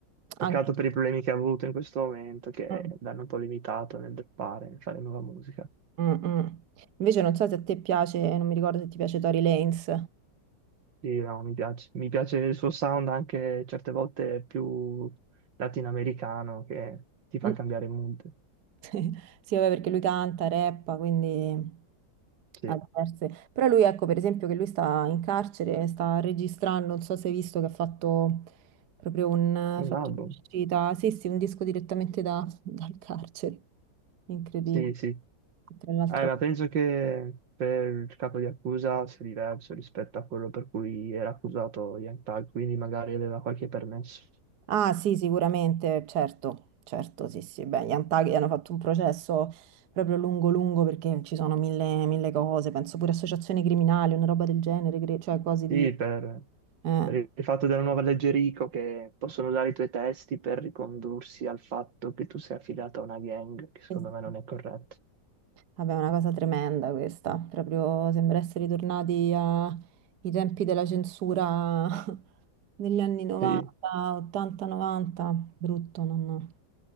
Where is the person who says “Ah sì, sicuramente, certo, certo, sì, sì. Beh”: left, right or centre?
Right